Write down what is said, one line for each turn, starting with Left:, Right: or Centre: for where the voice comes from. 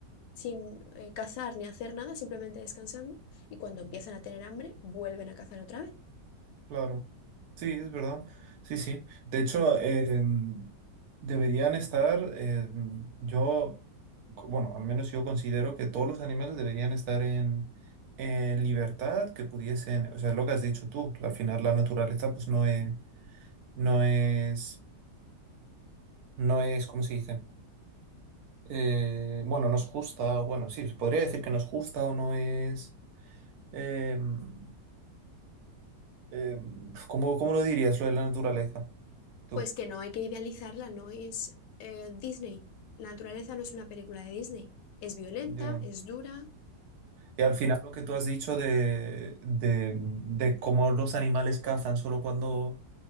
Left: sin eh, cazar ni hacer nada, simplemente descansando. Y cuando
Right: Ujú,
Left: empiezan a tener hambre, vuelven a cazar otra vez.
Right: Claro. Sí, es verdad. Sí, sí. De hecho, eh, mm, deberían estar, eh, mm, yo, co- bueno, al menos yo considero que todos los animales deberían estar en, en libertad, que pudiesen, o sea, lo que has dicho tú, al final la naturaleza pues no es no es no es, ¿cómo se dice? Eh, bueno, no es justa, o bueno, sí, se podría decir que no es justa o no es... em, em, ¿cómo, cómo lo dirías lo de la naturaleza? Tú,
Left: Pues que no hay que idealizarla, no es eh, Disney. La naturaleza no es una película de Disney. Es violenta,
Right: yo.
Left: es dura,
Right: Y al final lo que tú has dicho de, de, de cómo los animales cazan solo cuando,